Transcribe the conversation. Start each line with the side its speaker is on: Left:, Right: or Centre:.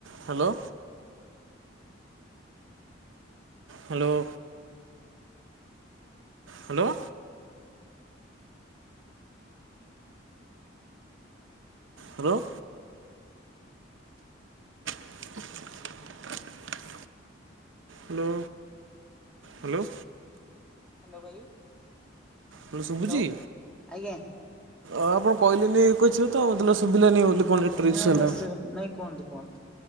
Right: Hello. Hello. Hello. Hello. <inaudible> Hello hello.
Centre: Hello ଭାଇ।
Right: କଣ
Centre: hello
Right: ଶୁବୁଚି?
Centre: ଆଜ୍ଞା।
Right: ଅଁ ଆପଣ କହିଲେନି କିଛିତ ମତେ ଲାଗିଲା ଶୁଭିଲାନି ବୋଲି। କଣ ନେଟୱାର୍କ
Centre: ହ
Right: ଇସୁ ହେଲା।
Centre: ହଁ ସ ନାଇଁ କୁହନ୍ତୁ କୁହନ୍ତୁ।